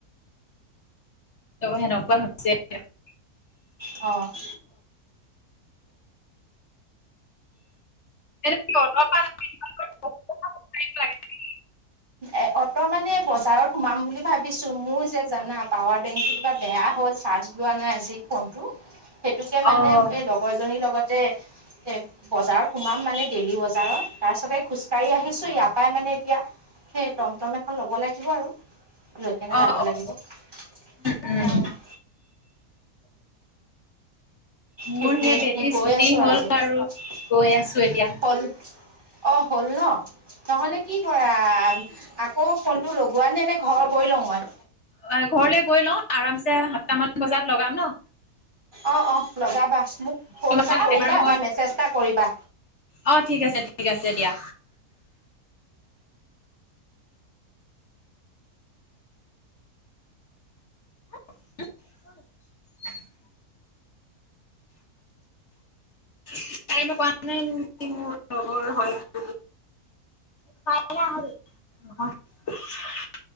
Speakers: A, on the left; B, on the right.
A: <unintelligible>
B: অ'।
A: <unintelligible>
B: এ, অটো মানে বজাৰত সোমাম বুলি ভাবিছোঁ, মোৰ যে জানা পাৱাৰ বেংক কেইটা বেয়া হ'ল, চাৰ্জ লোৱা নাই আজি ফোনটো, সেইটোকে মানে
A: অ',
B: <unintelligible> জনীৰ লগতে এ, বজাৰত সোমাম মানে দেলি বজাৰত, তাৰপিছতে খোজকাঢ়ি আহিছোঁ, ইয়াৰ পৰাই মানে এতিয়া সেই টম-টম এখন লব লাগিব আৰু, লৈ কেনে
A: অ',
B: যাব
A: অ',
B: লাগিব। অ'।
A: উম, মোৰ
B: সেইটোৱে,
A: বেটী
B: সেই গৈ
A: ছুটি
B: আছোঁ আৰু
A: হ'ল
B: এতিয়া।
A: গৈ আছো এতিয়া।
B: হ'ল। অ, হ'ল ন! নহ'লে কি কৰা, আকৌ ফোনটো লগোৱা নে! নে ঘৰ গৈ লওঁ মই!
A: অ', ঘৰলে গৈ লও, আৰামছে সাতটামান বজাত লগাম ন!
B: অ', অ', লগাবা। মোক ফোন
A: তোমাক
B: এটা কৰিবা
A: এবাৰ মই
B: বা মেছেজ এটা কৰিবা।
A: অ', ঠিক আছে, ঠিক আছে, দিয়া। <inaudible> <unintelligible> লগৰ হয়ত <unintelligible> <unintelligible> <inaudible>